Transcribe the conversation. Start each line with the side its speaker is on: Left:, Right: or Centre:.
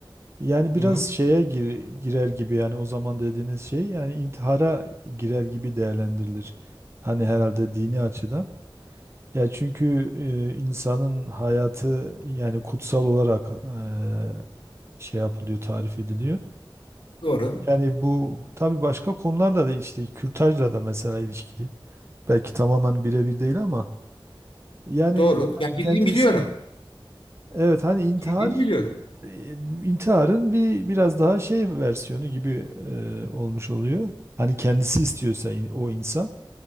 Right: Yani biraz
Left: Hı hı.
Right: şeye gir- girer gibi yani o zaman dediğiniz şey yani intihara girer gibi değerlendirilir. Hani herhalde dini açıdan. Ya çünkü e, insanın hayatı yani kutsal olarak e, şey yapılıyor, tarif ediliyor.
Left: Doğru.
Right: Yani bu tabii başka konularla da işte kürtajla da mesela ilişkili. Belki tamamen birebir değil ama yani
Left: Doğru. Yani girdiğini
Right: kendisi
Left: biliyorum.
Right: evet hani intihar
Left: Girdiğini biliyorum.
Right: e, intiharın bir biraz daha şey versiyonu gibi e, olmuş oluyor. Hani kendisi istiyorsa in- o insan.